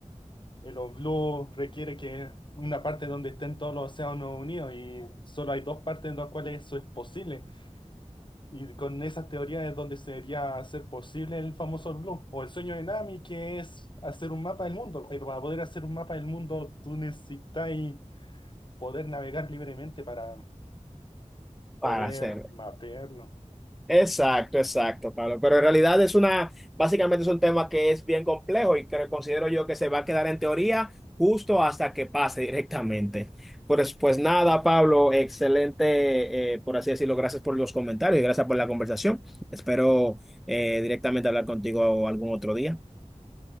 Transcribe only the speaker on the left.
el All Blue requiere que una parte donde estén todos los océanos unidos y solo hay dos partes en las cuales eso es posible. Y con esas teorías es donde sería hacer posible el famoso All Blue o el sueño de Nami, que es hacer un mapa del mundo. Pero para poder hacer un mapa del mundo, tú necesitas poder navegar libremente para
poder
mapearlo.